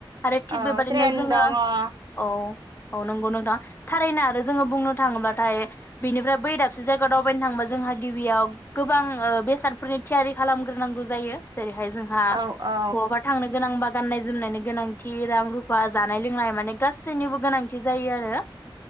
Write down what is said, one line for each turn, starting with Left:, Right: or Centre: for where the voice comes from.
Left: आरो थिग
Right: औ
Left: बेबादिनो
Right: ट्रेन
Left: जोङो
Right: दङ औ
Left: औ अ नंगौ नोंथां थारैनो आरो जोङो बुंनो थाङोबा नाथाय बिनिफ्राय बै दाबसे जायगायाव दावबायनो थांबा जोंहा गिबियाव गोबां ओ बेसादफोरनि थियारि खालामगोरनांगौ जायो जेरैहाय जोंहा
Right: औ औ
Left: बहाबा थांनो गोनां बा गाननाय जोमनायनि गोनांथि रां रुफा जानाय लोंनाय माने गासैनिबो गोनांथि जायो आरो